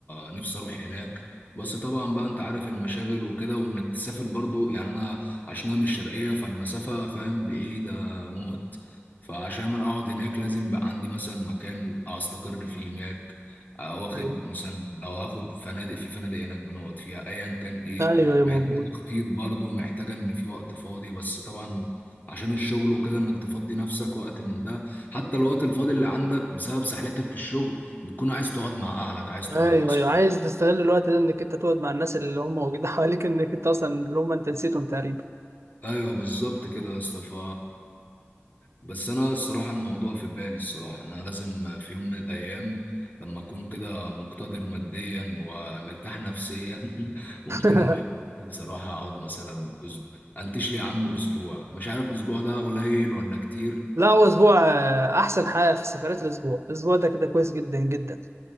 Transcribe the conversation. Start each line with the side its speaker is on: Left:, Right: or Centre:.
Left: نفسي اروح هناك بس طبعا بقى انت عارف المشاغل وكده وانك تسافر برضو يعني انا عشان انا من الشرقيه فالمسافه فاهم بعيده موت فعشان اقعد هناك لازم يبقى عندي مثلا مكان استقر فيه هناك آه، واخد
Right: ايوه
Left: مثلا لو هاخد فنادق في فنادق هناك بنقعد فيها ايا كان ايه
Right: ايوه يا
Left: محتاجه
Right: موجود
Left: تخطيط برضو محتاجه ان في وقت فاضي بس طبعا عشان الشغل وكده انك تفضي نفسك وقت من ده حتى الوقت الفاضي اللي عندك بسبب سحلتك في الشغل بتكون عايز تقعد مع اهلك عايز
Right: ايوه
Left: تقعد مع اصحابك
Right: ايوه عايز تستغل الوقت ده انك انت تقعد مع الناس اللي هم موجودين <laughs> حواليك انك انت اصلا اللي هم انت نسيتهم تقريبا
Left: ايوه بالظبط كده يا اسطى ف بس انا الصراحه الموضوع في بالي الصراحه انا لازم في يوم من الايام لما اكون كده مقتدر ماديا ومرتاح نفسيا <laughs> ممكن
Right: <laughs>
Left: اروح بصراحه اقعد مثلا أسب... انتش لي يا عم اسبوع مش عارف اسبوع ده قليل ولا كتير
Right: لا هو اسبوع آه، احسن حاجه في سفرات الاسبوع الاسبوع ده كده كويس جدا جدا